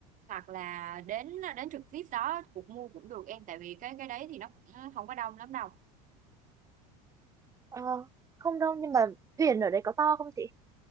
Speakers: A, on the right (about 45°); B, on the right (about 15°).
A: hoặc là đến đến trực tiếp đó cũng mua cũng được em tại vì cái cái đấy thì nó cũng không có đông lắm đâu
B: Ờ, không đâu nhưng mà thuyền ở đấy có to không chị